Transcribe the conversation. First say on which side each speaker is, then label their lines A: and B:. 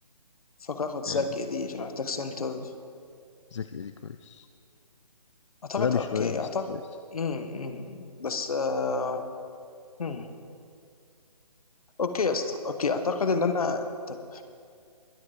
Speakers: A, on the left; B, on the left.
A: بفكر اخد زاك
B: يعني
A: دي عشان محتاج سنتر
B: زكي ايدي كويس
A: اعتقد
B: غبي
A: اوكي
B: شويه بس
A: اعتقد
B: كويس
A: امم أمم. بس آه، مم. اوكي يا اسطى اوكي اعتقد ان انا طب